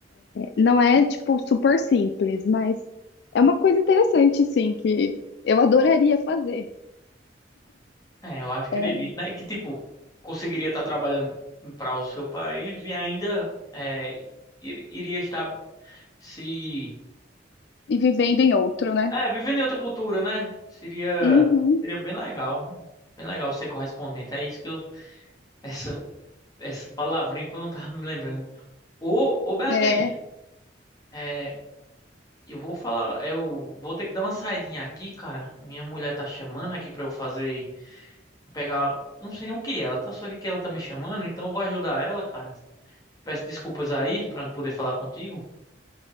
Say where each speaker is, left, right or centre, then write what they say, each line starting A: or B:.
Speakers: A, on the left; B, on the left.
A: Não é, tipo, super simples, mas é uma coisa interessante, sim, que eu adoraria fazer.
B: É, eu acredito,
A: É,
B: né? Que tipo, conseguiria estar trabalhando para o seu país e ainda é, ir- iria estar se.
A: E vivendo em outro, né?
B: É, vivendo em outra cultura, né? Seria,
A: Uhum.
B: seria bem legal. Bem legal ser correspondente. É isso que eu. Essa, essa palavrinha que eu não tava me lembrando. Ô, ô Beatriz.
A: É,
B: é, Eu vou falar, eu vou ter que dar uma saidinha aqui, cara. Minha mulher tá chamando aqui pra eu fazer, pegar, não sei nem o que é, ela tá só que ela tá me chamando, então eu vou ajudar ela, cara. Peço desculpas aí pra não poder falar contigo.